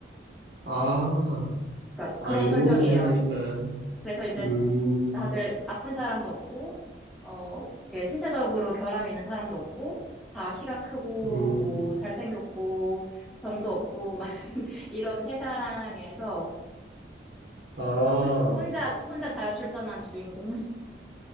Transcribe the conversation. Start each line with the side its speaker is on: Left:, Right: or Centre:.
Right: 아,
Centre: 그러니까
Right: 아,
Centre: 그런
Right: 인공수생
Centre: 설정이에요.
Right: 하니까,
Centre: 그래서 이제
Right: 음,
Centre: 다들 아픈 사람도 없고 어 이렇게 신체적으로 결함이 있는 사람도 없고 다 키가 크고
Right: 음,
Centre: 뭐 잘생겼고 병도 없고 막 <laughs> 이런 세상에서
Right: 아,
Centre: 혼- 혼자, 혼자 자연 출산한 주인공, <laughs>